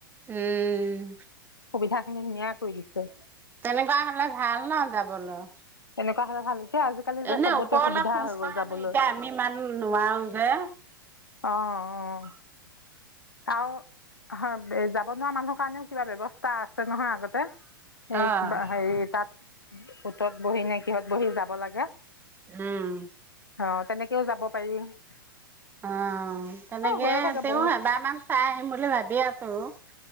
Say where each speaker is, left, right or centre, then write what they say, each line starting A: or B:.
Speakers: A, on the right; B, on the left.
A: উম
B: সুবিধা খিনি ধুনীয়া কৰি দিছে
A: তেনেকুৱা হলে ভাল ন যাবলৈ
B: তেনেকুৱ হলে ভাল। এতিয়া আজিকালি যে
A: এনে
B: চবতে
A: ওপৰলৈ
B: সুবিধা
A: খোজ
B: হৈ গ'ল
A: কঢ়া
B: যাবলৈ
A: নো এতিয়া আমি ইমান নোৱাৰো যে ।
B: অঁ অঁ আৰু হয়, যাব নোৱাৰা মানুহৰ কাৰণেও কিবা ব্যৱস্থা আছে নহয় আগতে । এই
A: অ'।
B: কিবা সেই তাত । অ ত <unintelligible> বহি নে, কিহত বহি যাব লাগে ।
A: উম ।
B: অ, তেনেকেও যাব পাৰি ।
A: অ, তেনেকে
B: গৈয়ে থাকে
A: তেওঁ
B: বহুত
A: এবাৰ মান চাই আহিম বুলি ভাবি আছো ।